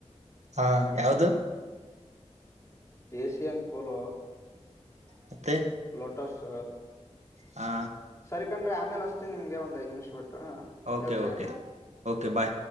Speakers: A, on the right; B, on the left.
A: ಹಾ ಯಾವ್ದ
B: ಏಸಿಯನ್ ಪಲೋ
A: ಮತ್ತೆ
B: ಲೊಟಸ್
A: ಹಾ
B: ಸರಿಕಂಡ್ರಿ ಆಮೇಲ್ ಅಸ್ತೀನ್ ನಿಮ್ಗೆ ಒಂದ್ ಐದ್ ನಿಮಿಷ ಬಿಟ್ಟು
A: ಓಕೆ
B: ಕೆಲ್ಸ
A: ಓಕೆ
B: ಇದೆ
A: ಓಕೆ ಬಾಯ್